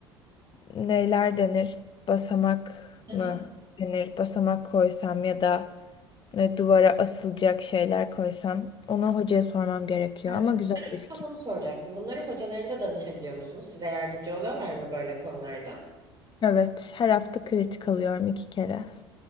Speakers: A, on the left (about 35°); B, on the right (about 30°).
A: neler denir? Basamak
B: Hı
A: mı
B: hı.
A: denir? Basamak koysam ya da ne duvara asılacak şeyler koysam onu hocaya sormam gerekiyor
B: Evet.
A: ama güzel
B: Bunları-
A: bir fikir.
B: Tam onu soracaktım. Bunları hocalarınıza danışabiliyor musunuz? Size yardımcı oluyorlar mı böyle konularda?
A: Evet, her hafta kritik alıyorum iki kere.